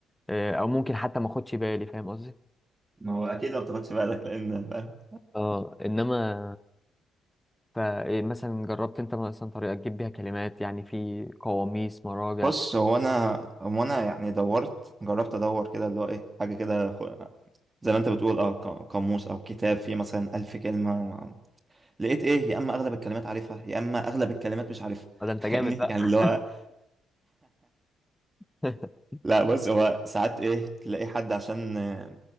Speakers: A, in the centre; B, on the right.
A: آه، أو ممكن حتى ما أخدش بالي فاهم قصدي؟
B: ما هو اكيد لو تاخدش بالك لان فاهم
A: اه انما فمثلا جربت انت مثلا طريقة تجيب بيها كلمات يعني في قواميس مراجع
B: بص هو انا هو انا يعني دورت جربت ادور كده اللي هو ايه حاجه كده خ- زي ما انت بتقول اه ق- قاموس او كتاب فيه مثلا ألف كلمه ما- لقيت ايه يا اما اغلب الكلمات عارفها يا اما اغلب الكلمات مش عارفها
A: ولا
B: <laughs>
A: انت
B: فاهمني
A: جامد بقى
B: يعني اللي هو
A: <laughs>
B: لا بص هو ساعات ايه تلاقي حد عشان آه،